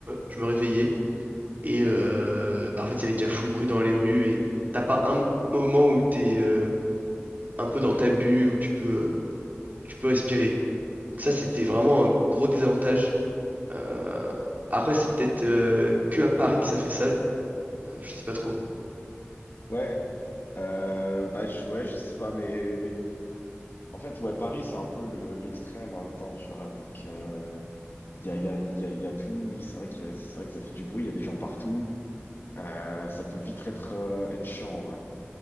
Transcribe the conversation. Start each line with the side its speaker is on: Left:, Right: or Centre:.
Right: je me réveillais et, euh, bah, en fait, il y avait déjà full bruit dans les rues et t'as pas un moment où t'es euh, un peu dans ta bulle, où tu peux, tu peux respirer. Ça, c'était vraiment un gros désavantage. Euh, après, c'est peut-être euh, que à Paris que ça fait ça. Euh, je sais pas trop.
Left: ouais. Euh, bah, je, ouais, je sais pas, mais en fait, ouais, Paris, c'est un peu le- l'extrême en même temps, tu vois, donc. euh, Il y a, il y a, il y a, il y a tout, oui, c'est vrai que, c'est vrai que ça fait du bruit, il y a des gens partout. Euh, ça peut vite être, euh, être chiant, ouais.